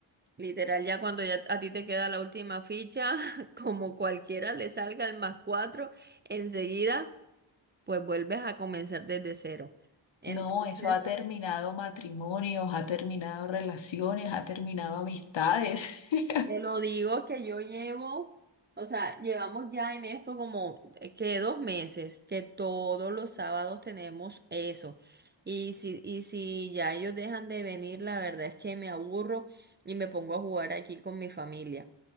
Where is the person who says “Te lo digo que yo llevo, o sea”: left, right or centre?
Right